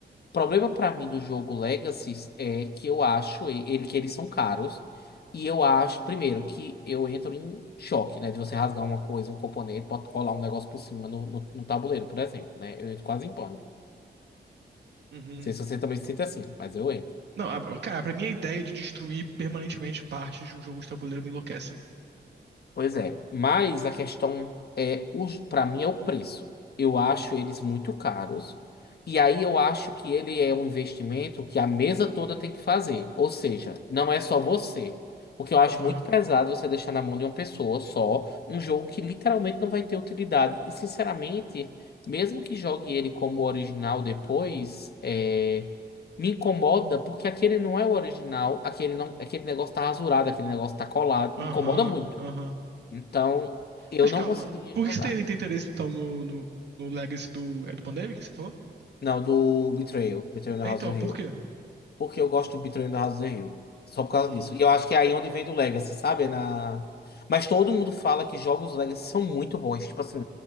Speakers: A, on the left; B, on the right.
A: problema pra mim do jogo Legacy é que eu acho e- ele que eles são caros e eu acho primeiro que eu entro em choque, né, de você rasgar uma coisa, um componente, pode colar um negócio por cima no, no, no tabuleiro, por exemplo, né? Eu entro quase em pânico. Não
B: Uhum.
A: sei se você também se sente assim, mas eu entro.
B: Não, a- cara, pra mim a ideia de destruir permanentemente partes de um jogo de tabuleiro me enlouquece.
A: Pois é, mas a questão é, para mim é o preço. Eu acho eles muito caros, e aí eu acho que ele é um investimento que a mesa toda tem que fazer. Ou seja, não é só você. Porque eu acho
B: Aham,
A: muito pesado você deixar na mão de uma pessoa só um jogo que literalmente não vai ter utilidade. E sinceramente, mesmo que jogue ele como original depois, é, me incomoda porque aquele não é o original, aquele não, aquele negócio tá rasurado, aquele negócio tá colado,
B: aham,
A: me incomoda muito.
B: aham.
A: Então, eu
B: Mas
A: não
B: calma,
A: conseguiria
B: por
A: jogar.
B: que você tem, tem interesse então no, no, no Legacy do. É do Pandemic que você falou?
A: Não, do Betrayal, Betrayal na
B: É
A: House
B: então,
A: on
B: por
A: Hill.
B: quê?
A: Porque eu gosto do Betrayal na House on Hill. Só por
B: Hum,
A: causa disso. E eu acho que é aí onde vem do Legacy, sabe? É Na... Mas todo mundo fala que jogos Legacy são muito bons. Tipo assim,